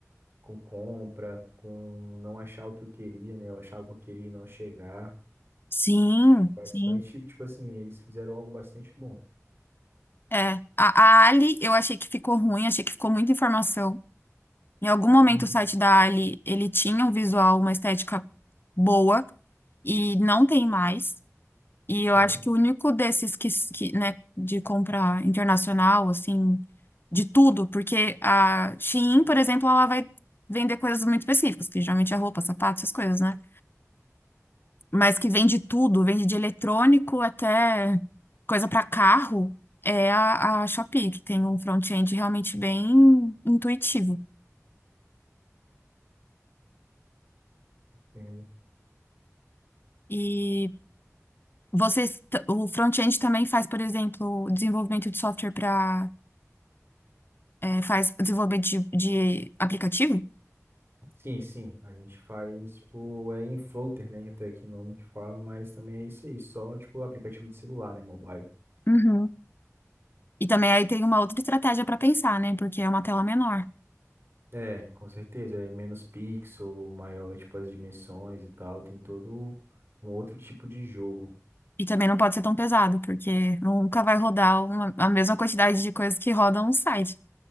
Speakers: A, on the right; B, on the left.
A: com compra, com não achar o que eu queria, né? Eu achava o que eu queria e não chegar.
B: Sim,
A: Bastante,
B: sim.
A: tipo, tipo assim, eles fizeram algo bastante bom.
B: É. A, a Ali, eu achei que ficou ruim, achei que ficou muita informação. Em algum momento
A: Uhum.
B: o site da Ali, ele tinha um visual, uma estética boa, e não tem mais. E
A: Sim,
B: eu acho que o único desses que, que, né, de compra internacional, assim, de tudo, porque a Shein, por exemplo, ela vai vender coisas muito específicas, que geralmente é roupa, sapato, essas coisas, né? Mas que vende tudo, vende de eletrônico até coisa para carro, é a, a Shopee, que tem um front-end realmente bem intuitivo.
A: é
B: E vocês, t- o front-end também faz, por exemplo, desenvolvimento de software para, faz desenvolvimento de de aplicativo?
A: Sim, sim, a gente faz, tipo, é em floater, né, até que o nome que fala, mas também é isso aí, só, tipo, aplicativo de celular, né, mobile.
B: Uhum. E também aí tem uma outra estratégia para pensar, né? Porque é uma tela menor.
A: É, com certeza, é menos pixel, maior, tipo, as dimensões e tal, tem todo um outro tipo de jogo.
B: E também não pode ser tão pesado, porque nunca vai rodar uma- a mesma quantidade de coisas que rodam um site.